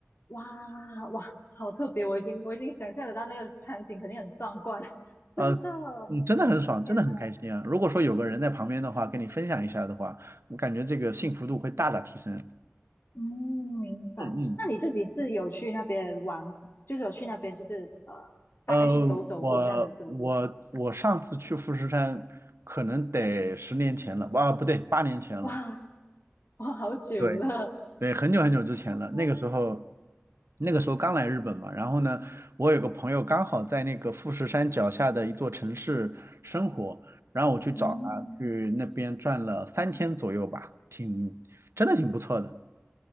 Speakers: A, on the left; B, on the right.
A: 哇哇，好特别！我已经我已经想象得到那个场景肯定很壮观，<laughs>
B: 呃，
A: 真的。
B: 嗯，真的很爽，
A: 我天呐！
B: 真的很开心啊。如果说有个人在旁边的话，跟你分享一下的话，我感觉这个幸福度会大大提升。
A: 嗯，明白。
B: 嗯嗯，
A: 那你自己是有去那边玩，就是有去那边，就是呃，大概去走走过这样子，
B: 呃，我我我上次去富士山可能得十年前了，
A: 是不是？
B: 啊，不对，八年前了。
A: 哇，我好久了。
B: 对。对，很久很久之前了，
A: 哦
B: 那个时候，那个时候刚来日本嘛，然后呢，我有个朋友刚好在那个富士山脚下的一座城市生活，然后我去找他，
A: 嗯，
B: 去那边转了三天左右吧，挺，真的挺不错的，